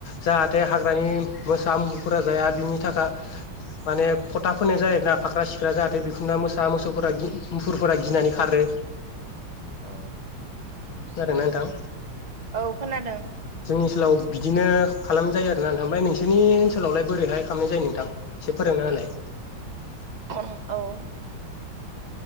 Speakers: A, on the left; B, on the right.
A: जाहाथे हाग्रानि मोसा मुफोरखौ जाया बिनि थाखाय माने फथा फोनाय जायोोना फाख्रा सिख्रा जाहाथे मोसा
B: औ
A: मोसौफोरा मुफुरफोरा गिनानै खारो
B: औ
A: जादोंना नोंथां
B: औ खोनादों
A: जोंनि ओनसोलाव बिदिनो खालाम जायो आरोना नोंथां ओमफ्राय नोंसोरनि ओनसोलावलाय बोरैहाय खालामनाय जायो नोंथां एसे फोरोंनाहोलाय
B: औ ओ